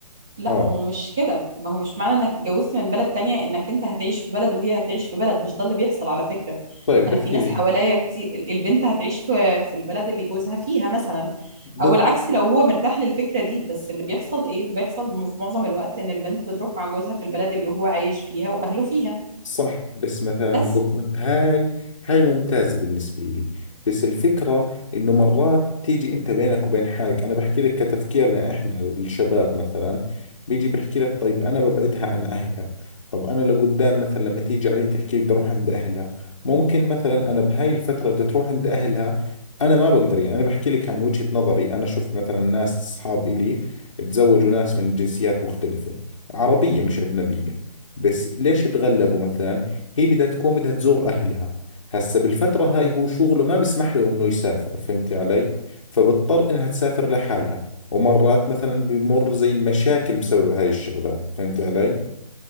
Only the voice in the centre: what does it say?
لا
ما هو مش كده ما هو مش معنى انك اتجوزت من بلد تانية انك انت هتعيش في بلد وهي هتعيش في بلد مش ده اللي بيحصل على فكرة
انا
في ناس حواليا كتير ال- البنت هتعيش في في البلد اللي جوزها فيها مثلا
او العكس لو هو مرتاح للفكرة دي بس اللي بيحصل ايه اللي بيحصل في معظم الوقت ان البنت بتروح مع جوزها في البلد اللي هو عايش فيها واهله فيها
بس